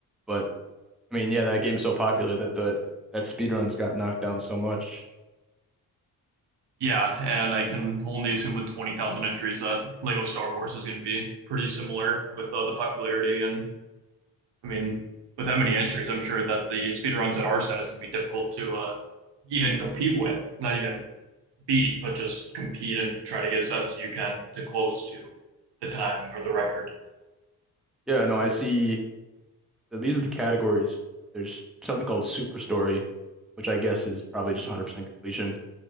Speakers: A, in the centre; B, on the right.
A: But I mean, yeah, that game's so popular that the that speedruns got knocked down so much.
B: yeah, and I can only assume with 20,000 entries that Lego Star Wars is going to be pretty similar with uh, the popularity and I mean, with that many entries, I'm sure that the speed runs at our set is going to be difficult to uh, even compete with, not even beat, but just compete and try to get as fast as you can to close to the time or the record.
A: Yeah, no, I see So these are the categories. There's something called Super Story, which I guess is probably just 100% completion.